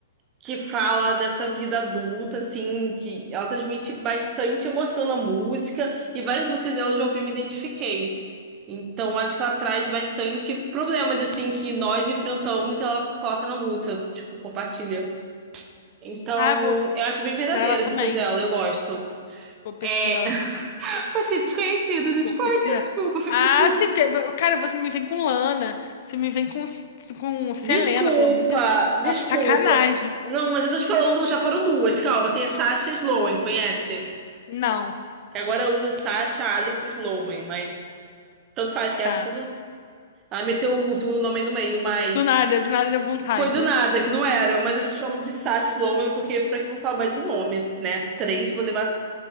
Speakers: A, on the right; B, on the left.
A: que fala dessa vida adulta, assim, de, ela transmite bastante emoção na música, e várias músicas dela eu já ouvi e me identifiquei. Então, acho que ela traz bastante problemas, assim, que nós enfrentamos e ela coloca na música, tipo, compartilha. Então,
B: Ah, vou
A: eu acho bem
B: pesquisar
A: verdadeira
B: ela também.
A: as músicas dela, eu gosto.
B: Vou pesquisar
A: É,
B: ela
A: <laughs>
B: também.
A: passei desconhecidas, eu
B: Vou
A: tipo,
B: pesquisar.
A: ai, desculpa, 50-50.
B: Ah, sim, porque, cara, você me vem com Lana, você me vem com, com Selena,
A: Desculpa,
B: pelo amor de Deus.
A: desculpa.
B: Tá Sacanagem.
A: Não, mas eu tô te falando, já foram duas, calma. Tem a Sasha Sloan, conhece?
B: Não.
A: Que agora usa Sasha, Alex e Sloan, mas tanto faz que acha
B: tá.
A: tudo. Ela meteu o segundo nome aí no meio, mas
B: Do nada, do nada deu vontade.
A: foi do nada, que não era. Mas eu chamo de Sasha Sloan porque pra que eu vou falar mais um nome, né? Três, vou levar